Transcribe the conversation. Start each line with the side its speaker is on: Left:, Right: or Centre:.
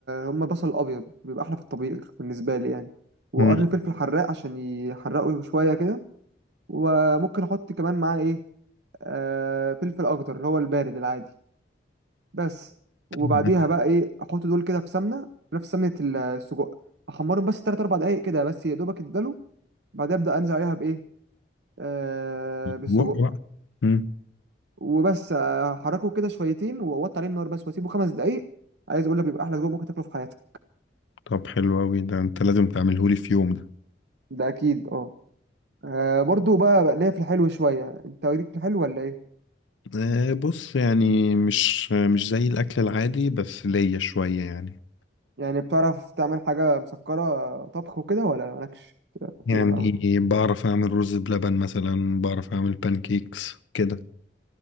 Right: هما بصل الأبيض بيبقى أحلى في الطبيخ بالنسبة لي يعني وقرن
Left: مم،
Right: فلفل حراق عشان يحرقه شوية كده وممكن أحط كمان معاه إيه آه فلفل أخضر اللي هو البارد العادي بس وبعديها
Left: تمام.
Right: بقى إيه أحط دول كده في سمنة نفس سمنة السجق أحمرهم بس تلات أربع دقايق كده بس يا دوبك يتدلوا بعدها ابدا انزل عليها بايه آه بالسجق
Left: بق بقى. مم.
Right: وبس احركه كده شويتين واوطي عليه النار بس واسيبه خمس دقايق عايز اقول لك بيبقى احلى سجق ممكن تاكله في حياتك
Left: طب حلو أوي ده أنت لازم تعملهولي في يوم ده
Right: ده اكيد اه آه، برضو بقى بقى ليا في الحلو شويه انت ليك في الحلو ولا ايه
Left: أه بص يعني مش مش زي الأكل العادي بس ليا شوية يعني
Right: يعني بتعرف تعمل حاجه مسكره طبخ وكده ولا مالكش
Left: يعني
Right: فيهم قوي
Left: بعرف أعمل رز بلبن مثلا بعرف أعمل بانكيكس كده